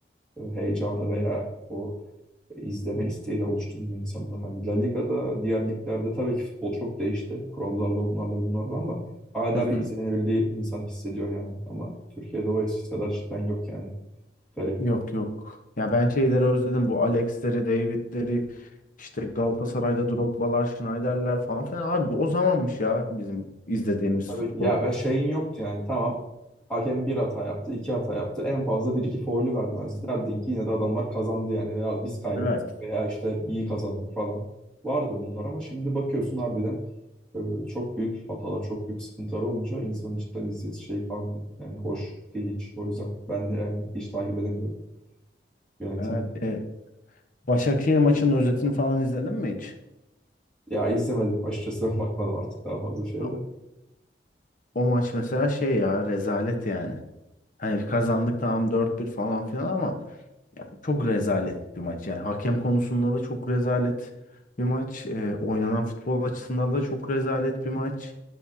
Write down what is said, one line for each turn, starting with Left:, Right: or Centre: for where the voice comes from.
Centre: E, Heyecanı veya o izleme isteği de oluşturmuyor insanın. Hani La Liga'da, diğer liglerde tabii ki futbol çok değişti. Kurallarla onlarla bunlarla ama hala
Left: Hı hı.
Centre: bir izlenebildiği insan hissediyor yani. Ama Türkiye'de o eskisi kadar cidden yok yani. Garip.
Left: Yok yok. Ya ben şeyleri özledim. Bu Alex'leri, David'leri, işte Galatasaray'da Drogba'lar, Schneider'ler falan filan. Abi o zamanmış ya bizim izlediğimiz
Centre: Tabii
Left: futbol.
Centre: ki. Ya ve şeyin yoktu yani tamam. Hakem bir hata yaptı, iki hata yaptı. En fazla bir iki faulü vermezdi. Derdin ki yine de adamlar kazandı yani veya biz kaybettik
Left: Evet.
Centre: veya işte iyi kazandık falan. Vardı bunlar ama şimdi bakıyorsun harbiden e, çok büyük hatalar, çok büyük sıkıntılar olunca insanın cidden izleyesi şey kalmıyor. Yani hoş değil hiç. O yüzden ben de yani hiç takip edemiyorum yönetim.
Left: Evet. E, Başakşehir maçının özetini falan izledin mi hiç?
Centre: Ya izlemedim açıkçası <laughs> ben bakmadım artık daha fazla şeye
Left: O
Centre: de.
Left: o maç mesela şey ya rezalet yani. Hani kazandık tamam dört bir falan filan ama yani çok rezalet bir maç. Yani hakem konusunda da çok rezalet bir maç. E, oynanan futbol açısından da çok rezalet bir maç.